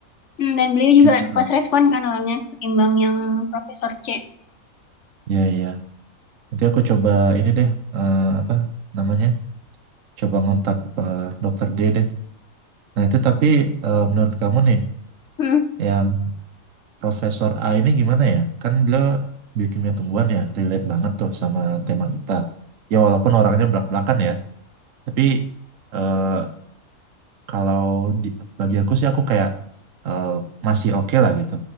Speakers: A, on the left (about 55°); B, on the right (about 65°).
A: hmm, dan beliau juga
B: junior
A: pas
B: aku.
A: respon kan orangnya ketimbang yang Profesor C.
B: Iya, iya. Nanti aku coba ini deh eh, apa namanya? Coba ngontak eh, Dokter D deh. Nah, itu tapi eh, menurut kamu nih,
A: Hmm,
B: yang Profesor A ini gimana ya? Kan beliau biokimia tumbuhan ya, relate banget tuh sama tema kita. Ya, walaupun orangnya belak-belakan ya, tapi eh, kalau di, bagi aku sih aku kayak eh, masih oke lah gitu.